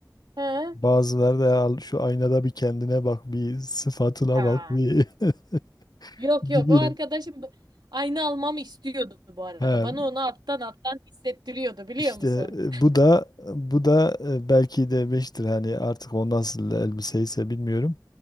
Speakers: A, on the right; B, on the left.
A: He?
B: Bazıları da al şu aynada bir kendine bak, bir sıfatına
A: Aa,
B: bak bir <laughs>
A: yok yok
B: gibi.
A: o arkadaşım b- aynı almamı istiyordu bu arada.
B: Ha
A: Bana onu alttan alttan hissettiriyordu biliyor
B: işte
A: musun?
B: e, bu da bu da e, belki de beştir hani artık o nasıl elbiseyse bilmiyorum.